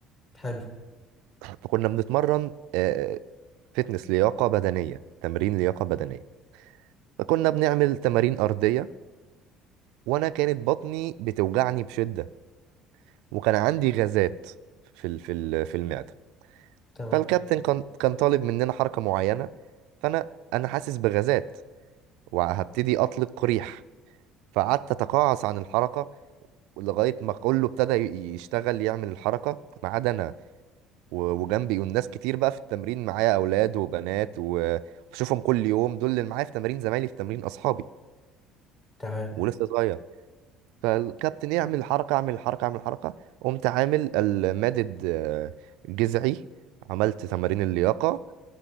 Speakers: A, on the left (about 20°); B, on the right (about 85°).
A: حلو
B: فكنا بنتمرن آه، فتنس لياقة بدنية تمرين لياقة بدنية فكنا بنعمل تمارين أرضية وأنا كانت بطني بتوجعني بشدة وكان عندي غازات في ال- في ال- في المعدة
A: تمام
B: فالكابتن كان كان طالب مننا حركة معينة فأنا أنا حاسس بغازات وهبتدي أطلق ريح فقعدت أتقاعس عن الحركة لغاية ما كله ابتدى ي- يشتغل يعمل الحركة ما عدا أنا و- وجنبي والناس كتير بقى في التمرين معايا اولاد وبنات و- وبشوفهم كل يوم دول اللي معايا في تمرين زمايلي في تمرين اصحابي
A: تمام
B: ولسه صغير فالكابتن يعمل حركه اعمل حركه اعمل حركه قمت عامل المادد آه، جذعي عملت تمارين اللياقه